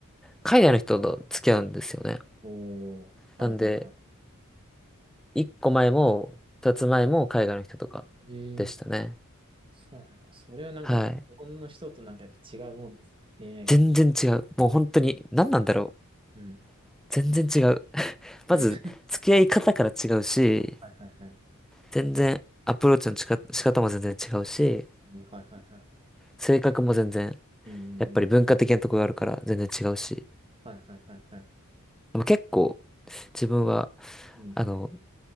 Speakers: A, in the centre; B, on the right.
A: 海外の人と付き合うんですよね。
B: おー。はいはいは
A: なんで、一個前も二つ前も海外の人とか
B: い。ええ
A: でしたね。
B: ー、そうなんだ。それはなんか、
A: はい。
B: 日本の人となんかやっぱ違うもんです。恋愛観み。
A: 全然違う。もう本当に何なんだろう。
B: うん。
A: 全然違う。<laughs> まず、
B: うん。
A: 付き合い方から違うし、
B: はいはいはい。
A: 全然アプローチの仕方仕方も全然違うし、
B: ね、はいはいはい。
A: 性格も全然、
B: うんうんうん。
A: やっぱり文化的なとこがあるから全然違うし。
B: はいはいはいはい。
A: でも結構自分は、
B: うん。
A: あの、